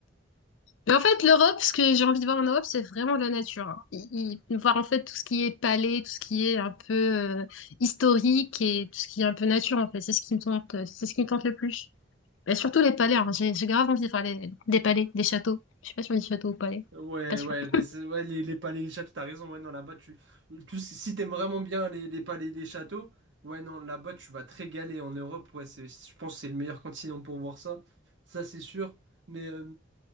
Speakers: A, on the left (about 75°); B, on the right (about 65°).
A: mais en fait, l'Europe, ce que j'ai envie de voir en Europe, c'est vraiment de la nature. hein. Y- y- voir en fait tout ce qui est palais, tout ce qui est un peu euh, historique et tout ce qui est un peu nature en fait, c'est ce qui me tente, c'est ce qui me tente le plus. Et surtout les palais, hein. J'ai j'ai grave envie de faire des palais, des châteaux. Je sais pas si on dit château ou palais.
B: Ouais,
A: Pas sûr.
B: ouais,
A: <laughs>
B: ben c'est- ouais les, les palais, les châteaux, t'as raison, ouais, non, là-bas, tu, tu- si t'aimes vraiment bien les, les palais, les châteaux, ouais, non, là-bas, tu vas te régaler en Europe, ouais, c'est, je pense que c'est le meilleur continent pour voir ça, ça, c'est sûr, mais euh,